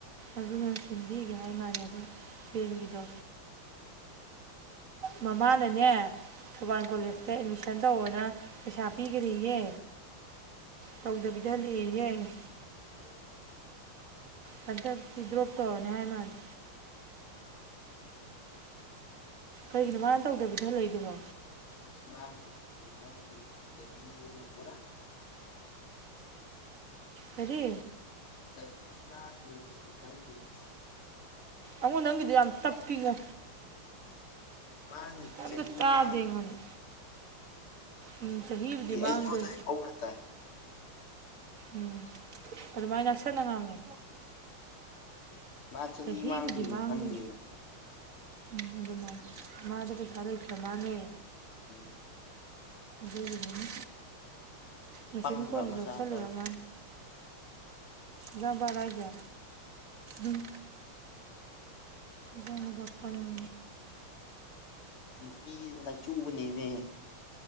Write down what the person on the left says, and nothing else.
ꯎꯝ
<unintelligible> ꯄꯨꯔꯥ
<unintelligible> ꯈꯪꯗꯦꯕ ꯃꯥꯒꯤ
ꯃꯥꯅꯗꯤ
ꯆꯍꯤ
ꯃꯥꯡꯂꯨ
ꯑꯩꯉꯣꯟꯗꯗꯤ ꯍꯧꯅ ꯇꯥꯏ
ꯃꯥ ꯆꯍꯤ
ꯃꯥꯡꯗꯣꯏꯅꯤ
ꯈꯪꯗꯦ
ꯎꯝ
ꯄꯪꯕ
ꯃꯆꯥꯅꯨꯄꯥꯁꯦ
ꯅꯨꯄꯤ ꯂꯥꯏꯆꯨꯕꯅꯦꯃꯤ